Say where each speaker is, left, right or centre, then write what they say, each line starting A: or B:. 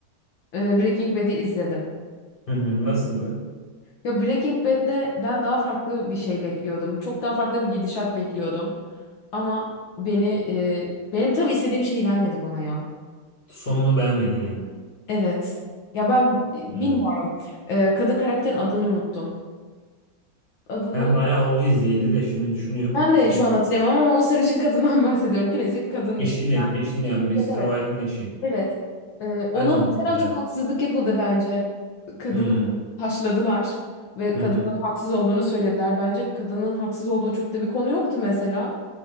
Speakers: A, on the left (about 70°); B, on the left (about 25°).
A: Ee, Breaking Bad'i izledim.
B: Hı hı, nasıldı?
A: Ya Breaking Bad'de ben daha farklı bir şey bekliyordum. Çok daha farklı bir gidişat bekliyordum. Ama beni e, benim tabii istediğim şeyi vermedi bana ya.
B: Sonunu beğenmedin yani.
A: Evet. Ya ben e,
B: Hı.
A: bilmiyorum. Ee, kadın karakterin adını unuttum. Adını
B: Ben bayağı oldu izleyeli de şimdi düşünüyorum.
A: ben de
B: Ee,
A: şu an hatırlamam ama o sarışın kadından <laughs> bahsediyorum. Klasik kadın işte.
B: eşini, eşini yani Mr.
A: Evet evet.
B: White'ın eşi.
A: Evet. Ee, ona
B: Ben de unuttum.
A: mesela
B: evet.
A: çok haksızlık yapıldı bence. Kadını
B: Hmm,
A: taşladılar ve
B: Hı
A: kadının
B: hı.
A: haksız olduğunu söylediler. Bence kadının haksız olduğu çok da bir konu yoktu mesela.